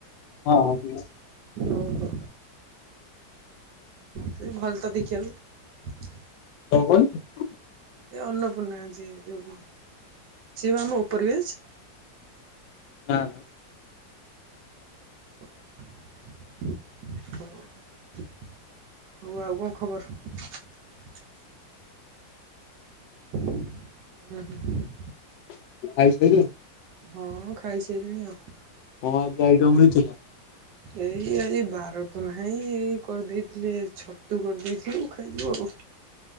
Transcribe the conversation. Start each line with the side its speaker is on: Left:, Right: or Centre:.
Left: ହଁ ସେ
Right: ଓହୋ ସେ ଭଲ ତ ଦେଖିବାକୁ।
Left: କଣ କହିଲୁ।
Right: ଏ ଅନ୍ନପୂର୍ଣ୍ଣା ଯେ ଯେଉଠି ସିଏ ବପା ଆମ ଉପର ବ୍ୟଚ୍।
Left: ଭାକ୍।
Right: ହଉ ହଉ ଆ କଣ କୁହ। ଖବର। <unintelligible>
Left: ତୁ ଖାଇ ସାଇଲୁଣି।
Right: ହଁ, ଖାଇସାରିଲଣି ଆଉ।
Left: କ ଆଜି ଆଇଟମ ହେଇଥିଲା।
Right: ଏଇ ଆଜି ବାର ତ ନାହିଁ ଏଇ କରିଦେଇଥିଲେ, ଛତୁ କରିଦେଇଥିଲୁ ଖାଇଯୁ ଆଉ।